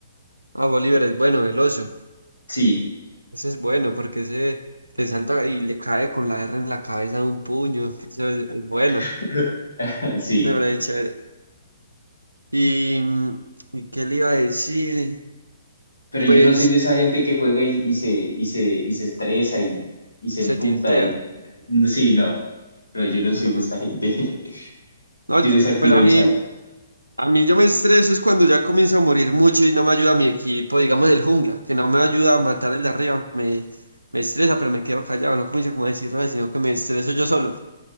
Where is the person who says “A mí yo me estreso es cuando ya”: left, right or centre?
Right